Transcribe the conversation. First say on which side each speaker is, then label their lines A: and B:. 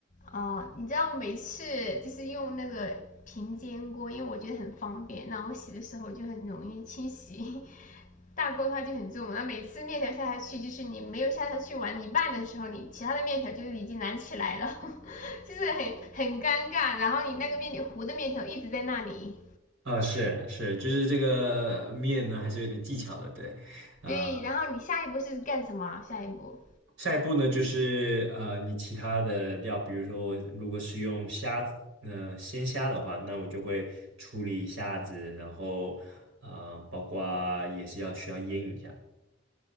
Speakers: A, on the left; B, on the right.
A: 哦，你知道我每次就是用那个平煎锅，因为我觉得很方便，那我洗的时候就很容易清洗。<laughs> 大锅的话就很重，那每次面条下下去，就是你没有下下去完一半的时候，你其他的面条就是已经燃起来了，<laughs> 就是很很尴尬。然后你那个面条糊的面条一直在那里，
B: 呃，是是，就是这个面呢，还是有点技巧的，对。呃，
A: 对，然后你下一步是干什么啊下一步
B: 下一步呢，就是呃，你其他的料，比如说我如果是用虾子，呃，鲜虾的话，那我就会处理虾子，然后呃，包括也是要需要腌一下。